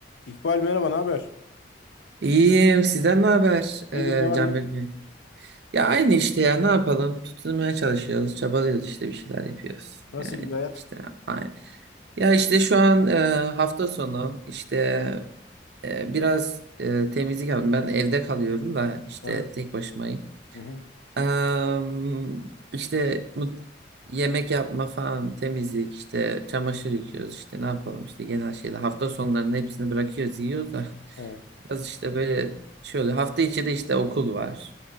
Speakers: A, on the left; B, on the right.
A: İkbal merhaba, ne haber?
B: İyiyim. Sizden ne haber
A: İyidir,
B: e,
A: ne var
B: Canberk
A: ne yok?
B: Bey? Ya aynı işte ya ne yapalım? Tutunmaya çalışıyoruz, çabalıyoruz işte bir şeyler yapıyoruz.
A: Nasıl
B: Yani
A: gidiyor hayat?
B: işte aynı. Ya işte şu an e, hafta sonu işte e, biraz e, temizlik yaptım. Ben evde kalıyorum da işte
A: Aha.
B: tek başımayım.
A: Hı hı.
B: Em, işte mut- yemek yapma falan, temizlik, işte çamaşır yıkıyoruz, işte ne yapalım işte genel şeyler. Hafta sonlarının hepsini bırakıyoruz, yiyoruz da
A: Evet.
B: <laughs> biraz işte böyle şey oluyor. Hafta içi de işte okul var.